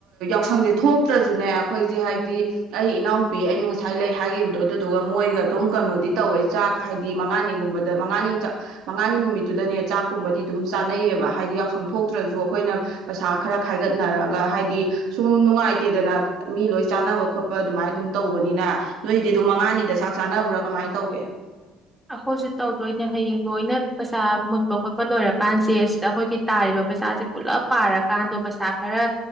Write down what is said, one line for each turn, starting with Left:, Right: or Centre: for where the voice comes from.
Right: ꯌꯥꯎꯁꯪꯁꯦ ꯊꯣꯛꯇ꯭ꯔꯁꯨꯅꯦ ꯑꯩꯈꯣꯏꯁꯦ ꯍꯥꯏꯗꯤ ꯑꯩ ꯏꯅꯥꯎꯅꯨꯄꯤ ꯑꯩꯅ ꯉꯁꯥꯏ ꯂꯩ ꯍꯥꯏꯈꯤꯕꯗꯣ ꯑꯗꯨꯗꯨꯒ ꯃꯣꯏꯒ ꯑꯗꯨꯝ ꯀꯩꯅꯣꯗꯤ ꯇꯧꯋꯦ ꯆꯥꯛ ꯍꯥꯏꯗꯤ ꯃꯉꯥꯅꯤꯒꯨꯝꯕꯗ ꯃꯉꯥꯅꯤ ꯃꯉꯥꯅꯤ ꯅꯨꯃꯤꯠꯇꯨꯗꯅꯦ ꯆꯥꯛꯀꯨꯝꯕꯗꯤ ꯑꯗꯨꯝ ꯆꯥꯅꯩꯌꯦꯕ ꯍꯥꯏꯗꯤ ꯌꯥꯎꯁꯪ ꯊꯣꯛꯇ꯭ꯔꯁꯨ ꯑꯩꯈꯣꯏꯅ ꯄꯩꯁꯥ ꯈꯔ ꯈꯥꯏꯒꯠꯅꯔꯒ ꯍꯥꯏꯗꯤ ꯁꯨꯝ ꯅꯨꯡꯉꯥꯏꯇꯦꯗꯅ ꯃꯤ ꯂꯣꯏ ꯆꯥꯅꯕ ꯈꯣꯠꯄ ꯑꯗꯨꯃꯥꯏꯅ ꯑꯗꯨꯝ ꯇꯧꯕꯅꯤꯅ ꯅꯣꯏꯗꯤ ꯑꯗꯨꯝ ꯃꯉꯥꯅꯤꯗ ꯆꯥꯛ ꯆꯥꯅꯕ꯭ꯔꯥ ꯀꯃꯥꯏꯅ ꯇꯧꯒꯦ
Centre: ꯑꯩꯈꯣꯏꯁꯨ ꯇꯧꯗꯣꯏꯅꯦ ꯍꯌꯦꯡ ꯂꯣꯏꯅ ꯄꯩꯁꯥ ꯃꯨꯟꯕ ꯈꯣꯠꯄ ꯂꯣꯏꯔꯀꯥꯟꯁꯦ ꯁꯤꯗ ꯑꯩꯈꯣꯏꯒꯤ ꯇꯥꯔꯤꯕ ꯄꯩꯁꯥꯁꯦ ꯄꯨꯜꯂꯞ ꯄꯥꯔꯀꯥꯟꯗꯣ ꯄꯩꯁꯥ ꯈꯔ